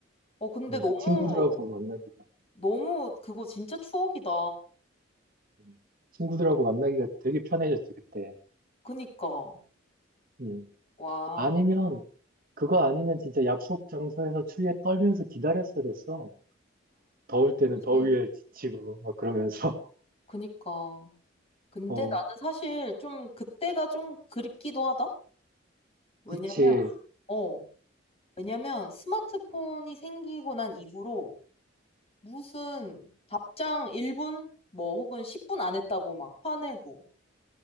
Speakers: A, on the left; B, on the right.
A: 어, 근데
B: 음,
A: 너무,
B: 친구들하고 만나기가
A: 너무 그거 진짜 추억이다.
B: 음, 친구들하고 만나기가 되게 편해졌지 그때.
A: 그니까.
B: 음.
A: 와.
B: 아니면 그거 아니면 진짜 약속 장소에서 추위에 떨면서 기다렸어야 됐어. 더울 때는
A: 그치.
B: 더위에 지치고 막 그러면서
A: 그니까.
B: <laughs>
A: 근데
B: 어
A: 나는 사실 좀 그때가 좀 그립기도 하다? 왜냐면,
B: 그치
A: 어, 왜냐면 스마트폰이 생기고 난 이후로 무슨 답장 1분, 뭐 혹은 10분 안 했다고 막 화내고,